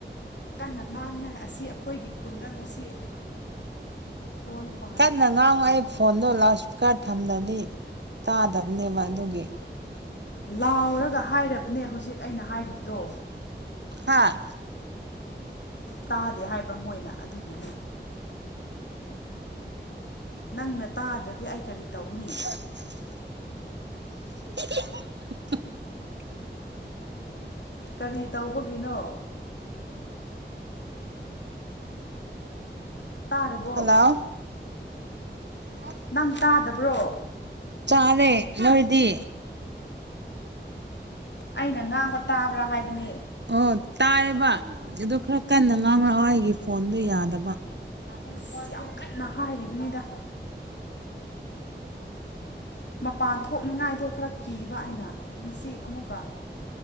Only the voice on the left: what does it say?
ꯀꯟꯅ ꯉꯥꯡꯉꯥꯏ ꯑꯁꯤ ꯑꯩꯈꯣꯏꯒꯤ ꯈꯨꯟꯗ ꯉꯁꯤ ꯗ꯭ꯔꯣꯟ ꯄꯥꯏ
ꯍꯥꯏ
ꯂꯥꯎꯔꯒ ꯍꯥꯏꯔꯕꯅꯦ ꯍꯧꯖꯤꯛ ꯑꯩꯅ ꯍꯥꯏꯔꯤꯕꯗꯣ
ꯇꯥꯗꯦ ꯍꯥꯏꯕ ꯃꯣꯏꯅ ꯑꯗꯨꯒꯤꯅꯤ ꯅꯪꯅ ꯇꯥꯗ꯭ꯔꯗꯤ ꯑꯩ ꯀꯔꯤ
ꯇꯧꯅꯤ
ꯀꯔꯤ ꯇꯧ ꯕꯒꯤꯅꯣ ꯇꯥꯔꯕꯣ
ꯅꯪ ꯇꯥꯗꯕ꯭ꯔꯣ
ꯑꯩꯅ ꯉꯥꯡꯕ ꯇꯥꯕ꯭ꯔꯥ ꯍꯥꯏꯕꯅꯦ
ꯑꯁ ꯌꯥꯝ ꯀꯟꯅ ꯍꯥꯏꯔꯤꯕꯅꯤꯗ ꯃꯄꯥꯟ ꯊꯣꯛꯅꯤꯡꯉꯥꯏꯗꯣ ꯈꯔ ꯀꯤ ꯕ ꯑꯩꯅ ꯉꯁꯤ ꯑꯃꯨꯛꯀ